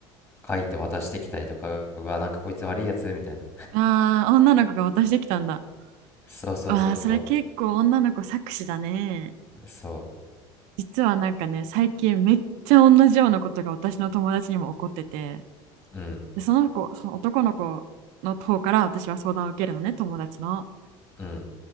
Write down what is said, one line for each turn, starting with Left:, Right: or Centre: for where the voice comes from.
Left: 書いて渡してきたりとかうわなんかこいつ悪いやつみたいな
Right: ああ女の子が渡してきたんだ。
Left: そうそうそうそう
Right: わあそれ結構女の子搾取だね。
Left: そ
Right: 実はなんかね、最近めっちゃ同じようなことが私の友達にも起こってて、
Left: ううん
Right: で、その子、その男の子の方から私は相談を受けるのね、友達の。
Left: うん